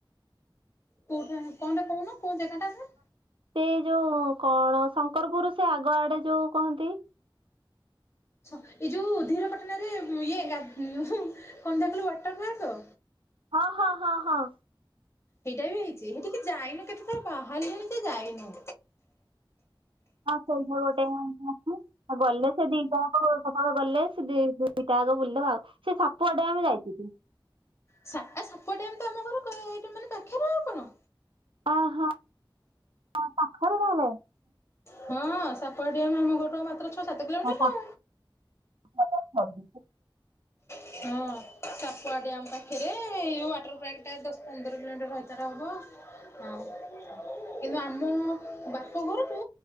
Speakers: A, on the left; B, on the right.
A: କୋଉଠା କଣ ଟା କହୁନ କୋଉ ଜାଗା ଟା ଏଠା?
B: ସେଇ ଯୋଉ କଣ ଶଙ୍କରପୁର ସେ ଆଗ ଆଡେ ଯୋଉ କହନ୍ତି?
A: ହଁ ଏଇ ଯୋଉ ଧୀରପାଟଣାରେ ଉଁ, ଇଏ ଗା-କଣ ଟା କହିଲ ୱାଟର୍ ପାର୍କ?
B: ହଁ, ହଁ, ହଁ, ହଁ।
A: ସେଇଟା ବି ହେଇଛି। ସେଠିକି ଯାଇନୁ କେତେ ଥର ବାହାରିଲୁଣି ଯେ ଯାଇନୁ।
B: ହଁ ସେଇଠି ଗୋଟେ <inaudible> ଅଛି। ଅ, ଗଲେ ସେ ଦି ଜଣଙ୍କୁ ସେତେବେଳେ ଗଲେ ସେ ଦି ଦିଟା ଆଗ ବୁଲି ଦବା। ସେ ସାପୁଆ ଡେମେ ଆମେ ଯାଇଥିଲୁ।
A: ସା ଏ ସାପୁଆ ଡ୍ୟାମ୍ ତ ଆମ ଘର କ-ଏଇଟି ମାନେ ପାଖରେ ଆଉ କଣ।
B: ଅଁ, ହଁ, ହଁ ପାଖରେ ତାହେଲେ?
A: ହଁ ସାପୁଆ ଡ୍ୟାମ୍ ଆମ ଘରଠୁ ଆଉ ମାତ୍ର ଛଅ ସାତ କିଲୋମିଟର।
B: ଓହୋ <inaudible>
A: ହଁ, ସାପୁଆ ଡ୍ୟମ୍ ପାଖରେ। ଏଇ ଯୋଉ ୱାଟର୍ ପାର୍କ ଟା ଦଶ ପନ୍ଦର କିଲୋମିଟର ଭେତରେ ହବ। ହଁ। କିନ୍ତୁ ଆମ ବାପ ଘରଠୁ